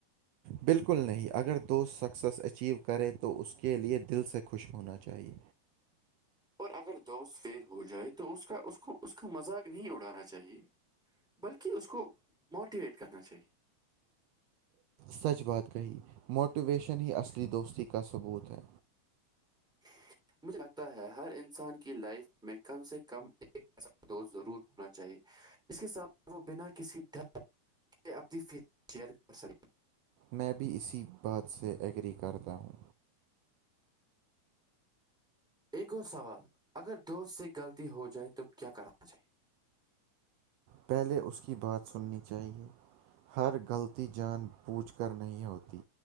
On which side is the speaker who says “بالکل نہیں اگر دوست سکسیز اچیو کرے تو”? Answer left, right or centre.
Right